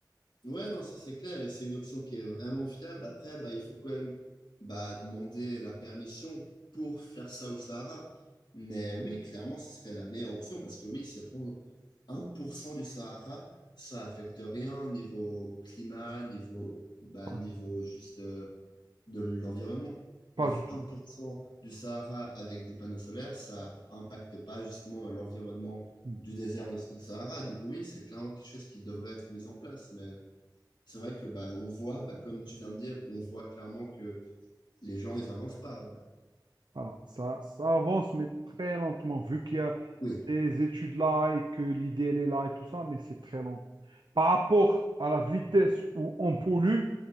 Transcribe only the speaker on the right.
Pas
du,
pas
du tout.
Mm.
Voilà, ça, ça avance, mais très lentement, vu qu'il y a
ces études-là et que l'idée, elle est là et tout ça, mais c'est très lent. Par rapport à la vitesse où on pollue,